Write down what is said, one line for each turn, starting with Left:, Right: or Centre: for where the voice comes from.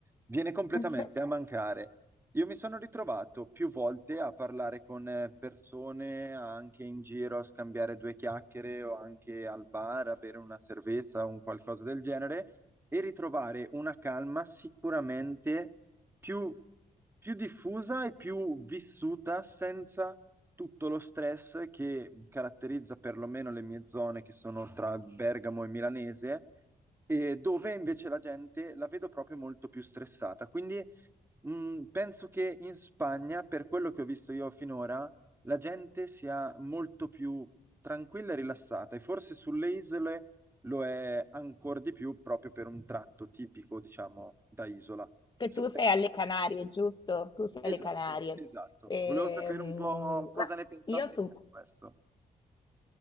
Right: viene completamente
Left: <laughs>
Right: a mancare. Io mi sono ritrovato più volte a parlare con eh, persone anche in giro, a scambiare due chiacchiere o anche al bar, a bere una cerveza o un qualcosa del genere e ritrovare una calma sicuramente più, più diffusa e più vissuta senza tutto lo stress che caratterizza perlomeno le mie zone che sono tra Bergamo e Milanese. E dove invece la gente la vedo proprio molto più stressata. Quindi mh, penso che in Spagna, per quello che ho visto io finora, la gente sia molto più tranquilla e rilassata, e forse sulle isole lo è ancora di più proprio per un tratto tipico, diciamo, da isola.
Left: Che
Right: Su
Left: tu sei alle Canarie, giusto? Tu sei
Right: Esatto,
Left: alle Canarie.
Right: esatto.
Left: Ehm,
Right: Volevo sapere un po' cosa
Left: ma
Right: ne pensassi
Left: io su,
Right: te di questo.